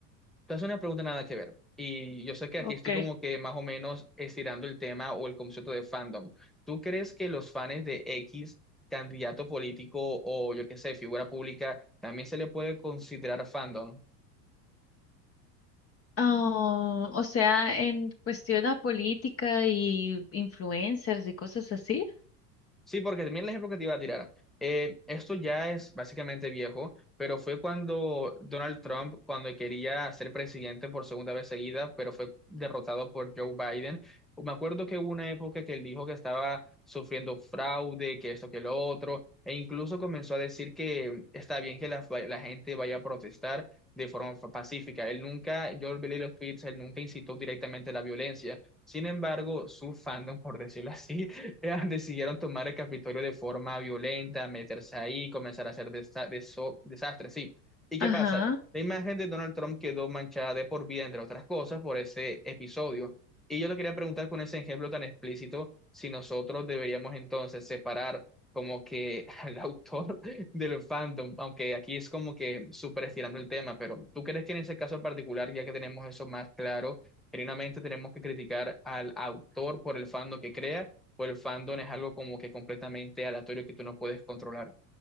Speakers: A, in the centre; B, on the left.
A: te hace una pregunta nada que ver. Y yo sé que
B: Ok.
A: aquí estoy como que más o menos estirando el tema o el concepto de fandom. ¿Tú crees que los fans de X candidato político o yo qué sé, figura pública, también se le puede considerar fandom?
B: Ah, o sea, en cuestión a política y influencers y cosas así.
A: Sí, porque también el ejemplo que te iba a tirar. eh, esto ya es básicamente viejo, pero fue cuando Donald Trump, cuando quería ser presidente por segunda vez seguida, pero fue derrotado por Joe Biden. Me acuerdo que hubo una época que él dijo que estaba sufriendo fraude, que esto, que lo otro, e incluso comenzó a decir que está bien que la, la gente vaya a protestar de forma pacífica. Él nunca, yo leí los tweets, él nunca incitó directamente la violencia. Sin embargo, su fandom, <laughs> por decirlo así, <laughs> decidieron tomar el Capitolio de forma violenta, meterse ahí, comenzar a hacer desa- deso- desastres, sí. ¿Y qué
B: Ajá.
A: pasa? La imagen de Donald Trump quedó manchada de por vida, entre otras cosas, por ese episodio. Y yo te quería preguntar con ese ejemplo tan explícito, si nosotros deberíamos entonces separar como que al autor <laughs> del fandom, aunque aquí es como que súper estirando el tema, pero ¿tú crees que en ese caso en particular, ya que tenemos eso más claro, genuinamente tenemos que criticar al autor por el fandom que crea? o el fandom es algo como que completamente aleatorio que tú no puedes controlar.